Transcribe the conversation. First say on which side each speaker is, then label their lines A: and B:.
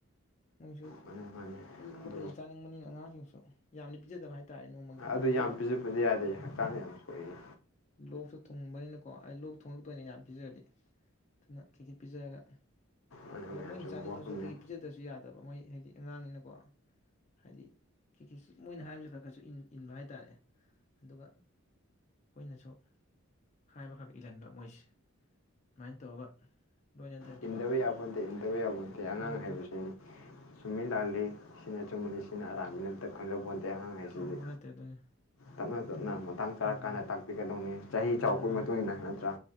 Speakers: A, on the left; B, on the left.
A: ꯃꯣꯏꯁꯨ
B: ꯃꯥꯅꯤ ꯃꯥꯅꯤ
A: ꯑꯏꯪꯕ
B: ꯑꯗꯨ
A: ꯀꯩ ꯆꯥꯅꯤꯡꯕꯅꯤꯅ ꯑꯉꯥꯡꯁꯤꯡꯁꯨ ꯌꯥꯝꯅ ꯄꯤꯖꯗꯕ ꯍꯥꯏꯇꯥꯔꯦ ꯅꯣꯡꯃ ꯀꯩꯀꯩ
B: ꯑꯗꯨ
A: ꯄꯤꯖꯕ
B: ꯌꯥꯝ ꯄꯤꯖꯕꯗꯤ ꯌꯥꯗꯦ
A: ꯎꯝ
B: ꯍꯛꯆꯥꯡꯗ ꯌꯥꯝ ꯀꯣꯛꯏꯌꯦ
A: ꯂꯣꯛꯁꯨ ꯊꯨꯡꯕꯅꯤꯅꯀꯣ ꯑꯩ ꯂꯣꯛ ꯐꯛ ꯊꯣꯡꯂꯛꯇ ꯑꯣꯏꯅ ꯌꯥꯝ ꯄꯤꯖꯔꯗꯤ ꯑꯗꯨꯅ ꯀꯩ ꯀꯩ ꯄꯤꯖꯔꯒ
B: ꯃꯅꯤ
A: ꯑꯗ
B: ꯃꯌꯥꯝꯁꯨ
A: ꯃꯣꯏꯅ ꯆꯥꯅꯤꯡꯕꯁꯨ
B: ꯃꯋꯥꯐꯝꯅꯦ
A: ꯀꯩ ꯄꯤꯖꯗꯕꯁꯨ ꯌꯥꯗꯦ ꯐꯠꯇꯕ ꯃꯣꯏ ꯍꯥꯏꯗꯤ ꯑꯉꯥꯡꯅꯤꯅꯀꯣ ꯍꯥꯏꯗꯤ ꯈꯤꯈꯤꯁꯨ ꯃꯣꯏꯅ ꯍꯥꯏꯕꯁꯨ ꯈꯔ ꯈꯔꯁꯨ ꯏꯟꯕ ꯍꯥꯏꯇꯥꯔꯦ ꯑꯗꯨꯒ ꯑꯩꯈꯣꯏꯅꯁꯨ ꯍꯥꯏꯕ ꯈꯛꯈꯛ ꯏꯜꯍꯟꯕ ꯃꯣꯏꯁꯦ ꯁꯨꯃꯥꯏꯅ ꯇꯧꯔꯒ ꯂꯣꯏꯅꯗ꯭ꯔ
B: ꯏꯟꯗꯕ ꯌꯥꯕꯣꯟꯗꯦ ꯏꯟꯗꯕ ꯌꯥꯕꯣꯟꯗꯦ ꯑꯉꯥꯡ ꯍꯥꯏꯕꯁꯤꯅꯤ
A: ꯏꯇꯥꯎ
B: ꯆꯨꯝꯃꯤ ꯂꯥꯜꯂꯤ ꯁꯤꯅ ꯑꯆꯨꯝꯕꯅꯤ ꯁꯤꯅ ꯑꯔꯥꯟꯕꯅꯤ ꯑꯝꯇ ꯈꯪꯖꯄꯣꯟ ꯑꯗꯩ ꯑꯉꯥꯡ ꯍꯥꯏꯁꯤꯗꯤ
A: ꯈꯪꯕ ꯅꯠꯇꯦ ꯑꯗꯨꯅꯤ
B: ꯇꯞꯅ ꯇꯞꯅ
A: ꯑꯗꯒꯤ
B: ꯃꯇꯥꯡ ꯆꯥꯔꯀꯥꯟꯗ
A: ꯎꯝ
B: ꯇꯥꯛꯄꯤꯒꯗꯧꯅꯤ꯫ ꯆꯍꯤ ꯆꯥꯎꯔꯛꯄꯒꯤ
A: ꯃꯥꯅꯤ ꯃꯥꯅꯤ
B: ꯃꯇꯨꯡ ꯏꯟꯅ ꯅꯠꯇ꯭ꯔꯥ?